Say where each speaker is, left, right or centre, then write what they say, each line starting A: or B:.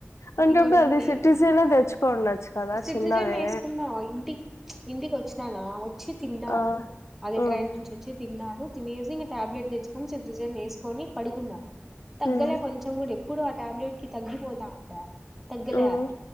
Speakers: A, on the left; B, in the centre.
A: అంటే
B: ఇంకోటి
A: ఇప్పుడు అది
B: ఉంది
A: సిట్రిజను తెచ్చుకొని ఉండచ్చు కదా
B: సిట్రిజన్
A: చిన్నవే
B: వేసుకున్నా ఇంటికి ఇంటికి వచ్చినానా వచ్చి తిన్నా
A: ఆ
B: అది
A: ఉమ్
B: ట్రైన్ నుంచి వచ్చి తిన్నాడు తినేసి ఇంక టాబ్లెట్ తెచ్చుకొని సిట్రిజన్ ఏసుకొని పడుకున్నా తగ్గలే
A: ఉమ్
B: కొంచెం కూడా ఎప్పుడు ఆ ట్యాబ్లెట్ కి తగ్గిపోతా ఉండె తగ్గలే
A: ఉమ్